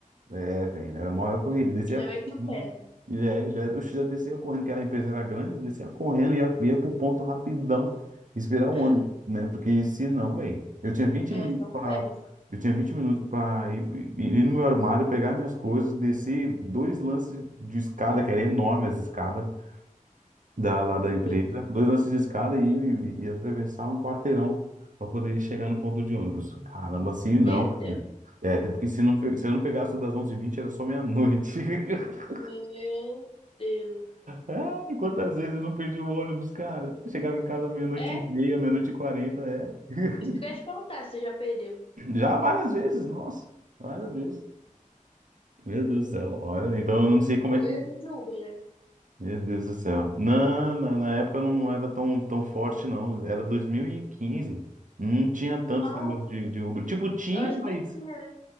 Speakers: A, on the right (about 70°); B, on the left (about 40°).
A: é, velho, era a maior corrida. Descia
B: Já
A: correndo.
B: meti o pé.
A: E é, já, oxe, já descia correndo, que a empresa era grande, descia correndo, ia, ia pro ponto rapidão, esperar o
B: <laughs>
A: ônibus, né? Porque se não, velho, eu tinha vinte
B: É,
A: minutos
B: não
A: pra.
B: perde.
A: Eu tinha 20 minutos pra ir, ir- ir no meu armário, pegar minhas coisas, descer dois lances de escada, que era enorme as escadas da, lá da empresa,
B: Meu Deus.
A: dois lances de escada e, e, e atravessar um quarteirão pra poder chegar no ponto de ônibus. Caramba, assim não.
B: Meu Deus.
A: É, até porque se eu não, pe- se eu não pegasse o das onze e vinte era só meia-noite. <laughs>
B: Meu Deus.
A: Ah, e quantas vezes eu não perdi o ônibus, cara? Eu chegava em casa meia-noite
B: É,
A: e meia, meia-noite e quarenta, é. <laughs>
B: isso que eu ia te perguntar se você já perdeu.
A: Já várias vezes, nossa, várias vezes. Meu Deus do céu, olha, então eu não sei como
B: Ou
A: é que.
B: eu vim de Uber, né?
A: Meu Deus do céu. Na, na, na época não, não era tão, tão forte, não. Era 2015. Não tinha tanto
B: Ah,
A: esse negócio de, de Uber. Tipo, tinha,
B: eu acho
A: mas.
B: que nem tinha, né?